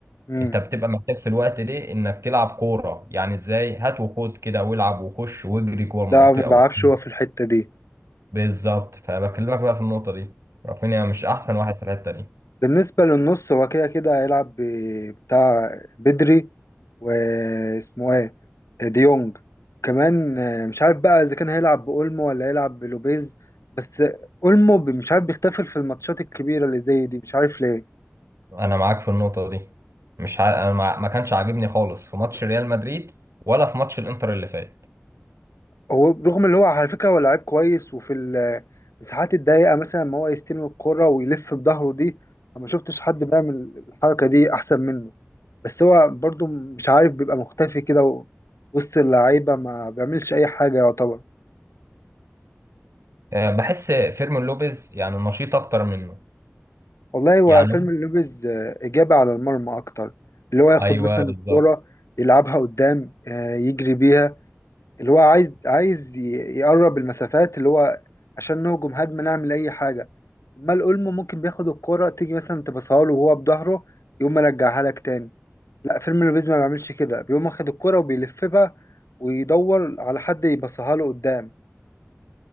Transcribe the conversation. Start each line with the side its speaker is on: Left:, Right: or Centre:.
Left: امم
Right: انت بتبقى محتاج في الوقت ده انك تلعب كورة يعني ازاي هات وخد كده والعب وخش واجري جوه المنطقة
Left: لا ما بعرفش
Right: وبتاع.
Left: هو في الحتة دي
Right: بالظبط فبكلمك بقى في النقطة دي رافينيا مش احسن واحد في الحتة دي
Left: بالنسبة للنص هو كده كده هيلعب ب- بتاع بدري واسمه ايه ديونج كمان آه، مش عارف بقى اذا كان هيلعب بأولمو ولا هيلعب بلوبيز بس اولمو ب- مش عارف بيختفل في الماتشات الكبيرة اللي زي دي مش عارف ليه
Right: انا معاك في النقطة دي مش ع... انا ما ما كانش عاجبني خالص في ماتش ريال مدريد ولا في ماتش الانتر اللي فات
Left: هو رغم اللي هو على فكرة هو لعيب كويس وفي المساحات الضيقة مثلا ما هو يستلم الكرة ويلف بظهره دي أنا ما شفتش حد بيعمل الحركة دي أحسن منه بس هو برضو مش عارف بيبقى مختفي كده و- وسط اللعيبة ما بيعملش أي حاجة يعتبر
Right: أه، بحس فيرمين لوبيز يعني نشيط اكتر منه
Left: والله هو
Right: يعني
Left: فيلم اللوبيز آه، إجابة على المرمى أكتر اللي هو ياخد
Right: ايوه
Left: مثلا
Right: بالظبط
Left: الكرة يلعبها قدام آه، يجري بيها اللي هو عايز عايز ي- يقرب المسافات اللي هو عشان نهجم هجمة نعمل أي حاجة أمال أولمو ممكن بياخد الكرة تيجي مثلا تبصها له وهو بظهره يقوم مرجعها لك تاني لا فيرمينو لوبيز ما بيعملش كده بيقوم واخد الكرة وبيلف بقى ويدور على حد يبصها له قدام